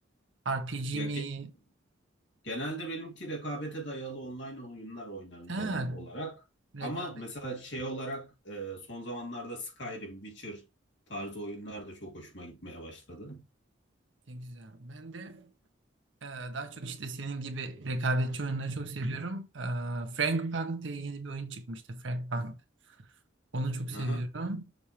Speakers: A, on the right; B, on the left.
A: RPG
B: Ya
A: mi?
B: ge- genelde benimki rekabete dayalı online oyunlar oynarım
A: Ha,
B: genel olarak.
A: Rekabetçilikte
B: Ama mesela şey olarak e, son zamanlarda Skyrim, Witcher tarzı oyunlar da çok hoşuma gitmeye başladı.
A: güzel. Ben de e, daha çok işte senin gibi rekabetçi oyunları çok seviyorum. E, Frank Punk diye yeni bir oyun çıkmıştı. Frank Punk. Onu çok seviyorum.
B: Aha.